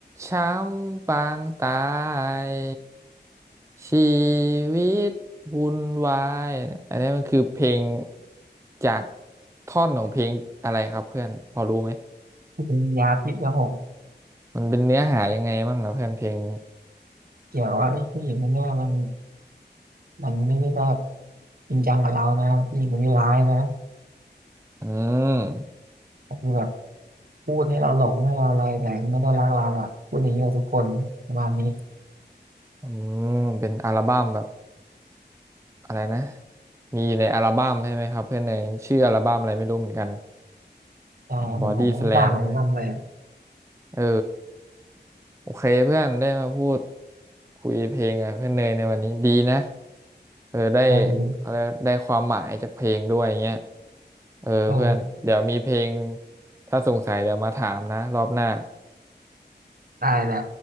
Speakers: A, on the right; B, on the right.
A: ช้ำปางตายชีวิตวุ่นวายอันนี้มันคือเพลงจากท่อนของเพลงอะไรครับเพื่อนพอรู้ไหม
B: เป็นยาพิษครับผม
A: มันเป็นเนื้อหายังไงบ้างนะเพื่อนเพลงนี้
B: เกี่ยวว่าไอ้ผู้หญิงคนเนี้ยมันมันไม่ได้แบบจริงจังกับเรานะผู้หญิงคนนี้ร้ายนะ
A: อืม
B: แต่คือแบบพูดให้เราหลงให้เราอะไรแต่ไม่ได้รักเราอ่ะพูดอย่างนี้กับทุกคนประมาณนี้
A: อืมเป็นอัลบั้มแบบอะไรนะมีอยู่ในอัลบั้มใช่ไหมครับเพื่อนเนยชื่ออัลบั้มอะไรไม่รู้เหมือนกัน
B: ใช่ผมผมก็ไม่ต่างเลยไม่ทำอะไร
A: ของบอดี้สแลมเนี่ยเออโอเคเพื่อนได้มาพูดคุยเพลงกับเพื่อนเนยในวันนี้ดีนะเออได้
B: พอดี
A: อะไรได้ความหมายจากเพลงด้วยเงี้ยเออเพื่อนเดี๋ยวมีเพลง
B: เออ
A: ถ้าสงสัยเดี๋ยวมาถามนะรอบหน้า
B: ตายแหละ